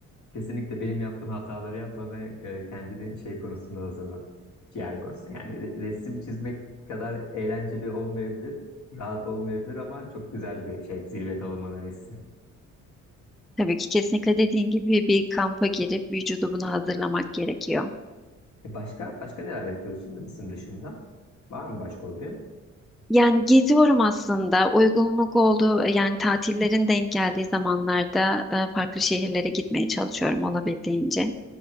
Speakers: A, on the left; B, in the centre.
A: kesinlikle benim yaptığım hataları yapma ve e, kendini şey konusunda hazırla. Ciğer konusunda. Yani re- resim çizmek kadar eğlenceli olmayabilir, rahat olmayabilir ama çok güzel bir şey zirvede olmanın hissi.
B: Tabii ki kesinlikle dediğin gibi bir kampa girip vücudu buna hazırlamak gerekiyor.
A: E başka başka neler yapıyorsun resim dışında? Var mı başka hobi?
B: Yani geziyorum aslında. Uygunluk olduğu yani tatillerin denk geldiği zamanlarda e, farklı şehirlere gitmeye çalışıyorum olabildiğince.